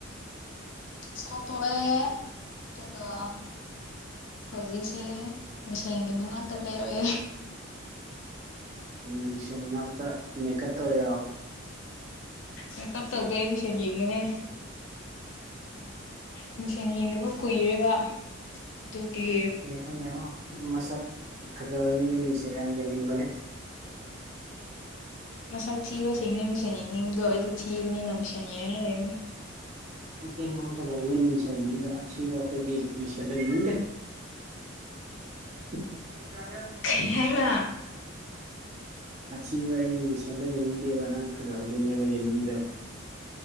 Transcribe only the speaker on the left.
ꯆꯥꯛ ꯆꯥ ꯇꯣꯛꯑꯦ ꯑꯗꯨꯒ ꯍꯧꯖꯤꯛꯁꯦ ꯃꯤꯁꯦꯜꯒꯤ ꯃꯅꯥꯛꯇ ꯂꯩꯔꯦ
ꯃꯦꯀꯥꯟ ꯇꯧꯗꯦ ꯃꯤꯁꯦꯜ ꯌꯦꯡꯕꯅꯦ ꯃꯤꯡꯁꯦꯜ ꯌꯦꯡꯗꯕ ꯀꯨꯏꯔꯦꯕ ꯑꯗꯨꯒꯤ
ꯃꯁꯛ ꯊꯤꯕꯁꯤꯡꯁꯨ ꯃꯤꯁꯦꯜ ꯌꯦꯡꯅꯤꯡꯕꯗꯣ ꯑꯩꯁꯨ ꯊꯤꯕꯅꯤꯅ ꯃꯤꯁꯦꯜ ꯌꯦꯡꯉꯥ ꯂꯩꯅꯦ
ꯀꯩ ꯍꯥꯏꯕ